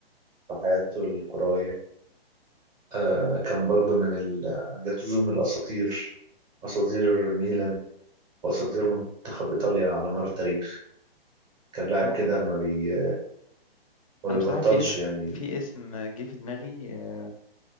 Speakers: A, on the right (about 15°); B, on the left (about 35°).
A: في حياته الكرويه آه كان برضو من ال... جاتوزو من الأساطير أساطير ميلان وأساطير منتخب إيطاليا على مر التاريخ كان لاعب
B: هو
A: كده ما, بي... ما
B: انا
A: بيبطلش
B: بصراحة في اسم
A: يعني
B: في اسم جه في دماغي آه،